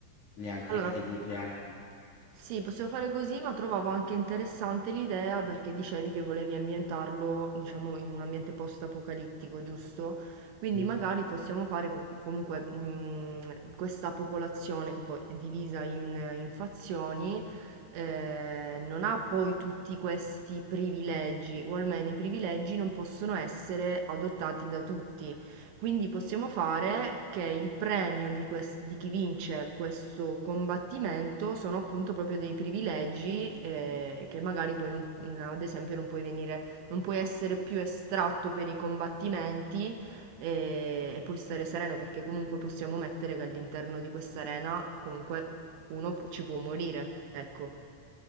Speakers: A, on the left; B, on the right.
A: le altre
B: Allora,
A: categorie, le altre...
B: sì, possiamo fare così, ma trovavo anche interessante l'idea perché dicevi che volevi ambientarlo, diciamo, in un ambiente post-apocalittico, giusto? Quindi
A: Sì.
B: magari possiamo fare co- comunque mh, questa popolazione che poi è divisa in, in fazioni, eh, non ha poi tutti questi privilegi, o almeno i privilegi non possono essere adottati da tutti. Quindi possiamo fare che il premio di, quest- di chi vince questo combattimento sono appunto proprio dei privilegi eh, che magari poi non- n- ad esempio non puoi venire, non puoi essere più estratto per i combattimenti eh, e puoi stare sereno perché comunque possiamo mettere che all'interno di questa arena comunque uno pu- ci può morire, ecco,